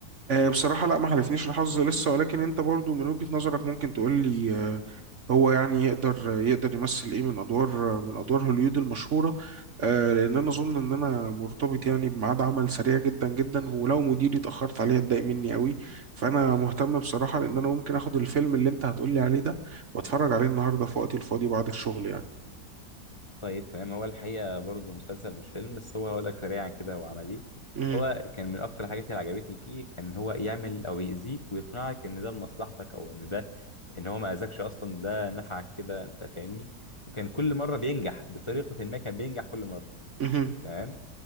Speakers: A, on the right (about 50°); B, on the left (about 25°).
A: آه، بصراحة لا ما حالفنيش الحظ لسه ولكن انت برضو من وجهة نظرك ممكن تقول لي آه، هو يعني يقدر يقدر يمثل ايه من ادوار من ادوار هوليوود المشهورة آه، لان انا اظن ان انا مرتبط يعني بميعاد عمل سريع جدا جدا ولو مديري اتأخرت عليه اتضايق مني قوي فانا مهتم بصراحة لان انا ممكن اخد الفيلم اللي انت هتقول لي عليه ده واتفرج عليه النهاردة في وقتي الفاضي بعد الشغل يعني
B: طيب تمام هو الحقيقة برضه مسلسل مش فيلم بس هو هقول لك سريعا كده هو عمل إيه
A: مهم.
B: هو كان من أكتر الحاجات اللي عجبتني فيه كان هو يعمل أو يأذيك ويقنعك إن ده لمصلحتك أو إن ده ان هو ما اذاكش اصلا ده نفعك كده انت فاهمني وكان كل مره بينجح بطريقه ما كان بينجح كل مره
A: مهم.
B: تمام